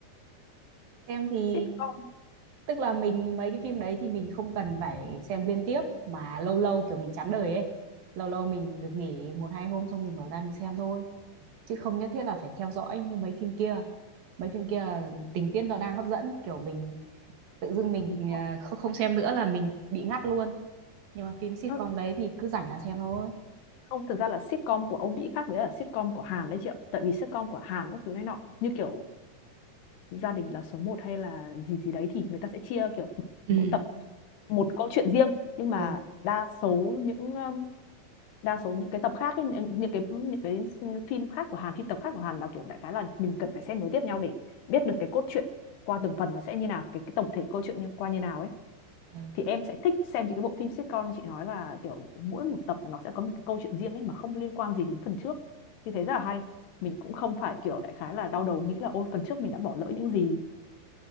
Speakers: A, on the right; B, on the left.
A: xem thì
B: sitcom
A: tức là mình mấy cái phim đấy thì mình không cần phải xem liên tiếp mà lâu lâu kiểu mình chán đời ấy lâu lâu mình được nghỉ một hai hôm xong mình bỏ ra mình xem thôi chứ không nhất thiết là phải theo dõi như mấy phim kia mấy phim kia là tình tiết nó đang hấp dẫn kiểu mình tự dưng mình
B: đúng rồi
A: à, kh- không xem nữa là mình bị ngắt luôn nhưng mà phim sitcom
B: Ơ,
A: đấy thì cứ rảnh là xem thôi
B: không thực ra là sitcom của Âu Mỹ khác với là sitcom của Hàn đấy chị ạ tại vì sitcom của Hàn các thứ này nọ như kiểu gia đình là số một hay là gì gì đấy thì người ta sẽ chia kiểu
A: Ừ.
B: mỗi tập một câu chuyện riêng nhưng mà
A: ừ.
B: đa số những um, đa số những cái tập khác ấy, những những cái những cái phim khác của Hàn phim tập khác của Hàn là kiểu đại khái là mình cần phải xem nối tiếp nhau để biết được cái cốt truyện qua từng phần nó sẽ như nào cái, cái tổng thể câu chuyện như- qua như nào ấy
A: Ừ.
B: thì em sẽ thích xem những cái bộ phim sitcom như chị nói là kiểu mỗi một tập nó sẽ có một cái câu chuyện riêng ấy mà không liên quan gì đến phần trước thì thấy rất là hay mình cũng không phải kiểu đại khái là đau đầu nghĩ là ôi phần trước mình đã bỏ lỡ những gì